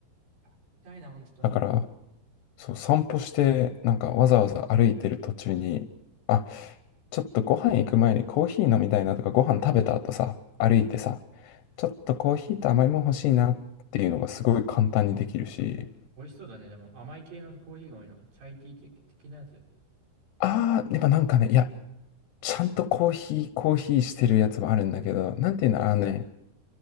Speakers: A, on the right; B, on the left.
A: ー。痛いな、本当に。
B: だから、そう、散歩して、なんかわざわざ歩いてる途中に、あ、ちょっとご飯行く前にコーヒー飲みたいなとか、ご飯食べた後さ、歩いてさ、ちょっとコーヒーと甘いもん欲しいなっていうのがすごい簡単にできるし、
A: 美味しそうだね。でも、甘い系のコーヒーが多いの。チャイティー的、的なやつ。
B: あー、やっぱなんかね、いや、ちゃんとコーヒー、コーヒーしてるやつもあるんだけど、なんていうの、あのね、